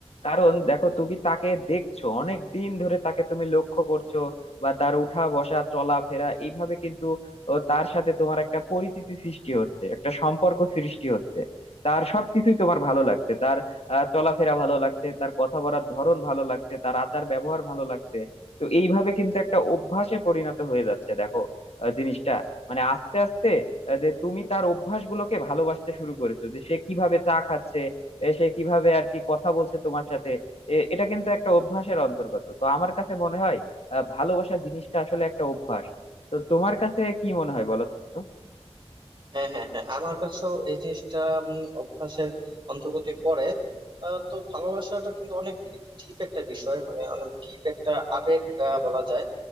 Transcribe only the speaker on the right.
হ্যাঁ হ্যাঁ হ্যাঁ আমার কাছেও এই জিনিসটা উম, অভ্যাসের অন্তর্গত পড়ে আহ, তো ভালোবাসাটা কিন্তু অনেক ডিপ একটা বিষয় মানে অনেক ডিপ একটা আবেগ আহ, বলা যায়